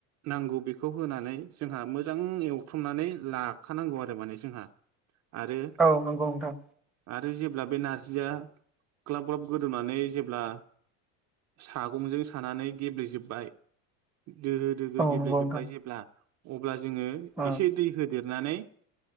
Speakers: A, on the right (about 45°); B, in the centre.
A: नांगौ बेखौ होनानै जोंहा मोजां एवथुमनानै लाखानांगौ आरो माने जोंहा आरो
B: औ नंगौ नोंथां
A: आरो जेब्ला बे नारजिया ग्लाब ग्लाब गोदौनानै जेब्ला सागंजों सानानै गेब्लेेजोबबाय दोहो दोहो
B: औ
A: गेब्लेेजोब्बाय
B: नंगौ नोंथां
A: जेब्ला अब्ला जोंङो
B: उम उम
A: एसे दै होदेरनानै